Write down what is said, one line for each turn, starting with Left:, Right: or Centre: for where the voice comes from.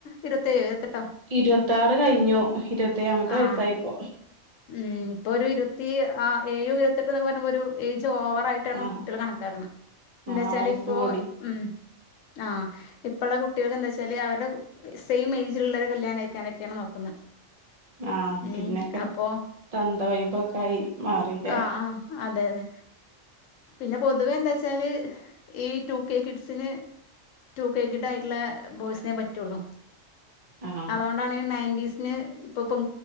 Left: ഇരുവത്തേഴോ ഇരുവ
Right: ഇരുപത്തിയാറ് കഴിഞ്ഞു ഇരുപത്ത്യാമത്തെ
Left: ആഹ്
Right: വയസായിപ്പോ
Left: ഉം ഇപ്പൊ ഒരു ഇരുപത്തി ആ ഏഴു ഇരുപത്തിട്ട് എന്നൊക്ക പറുമ്പോ ഒരു ഏജ് ചോവറായിട്ടാണ്
Right: ആഹ്
Left: കുട്ടികൾ കണക്കാക്കണം എന്താ
Right: ആഹ്
Left: വെച്ചാ
Right: വയസ്സ്
Left: ഇപ്പോ
Right: കൂടി
Left: ഉം ആ ഇപ്പള്ള കു കുട്ടികളെന്താ വെച്ചാല് അവരുടെ സെയിം ഏജിൽ ഉള്ളരെ കല്യാണം കഴിക്കാനൊക്കെയാണ് നോക്കുന്നത്
Right: ആ
Left: ഉം
Right: പിന്നൊക്കെ
Left: അപ്പൊ
Right: തന്ത വൈബ് പൊക്കെ ആയി മാറില്ലേ
Left: ആഹ് ആഹ് അതെ അതെ പിന്നെ പൊതുവേ എന്താ വച്ചാല് ഈ ടു കെ കിഡ്സിന് ടു കേ കിട് ആയിട്ടുള്ള ബോയ്സിനെ പറ്റുള്ളു
Right: ആഹ്
Left: അതുകൊണ്ടാണ് നയന്റ്റീസിന് ഇപ്പൊ പെൺ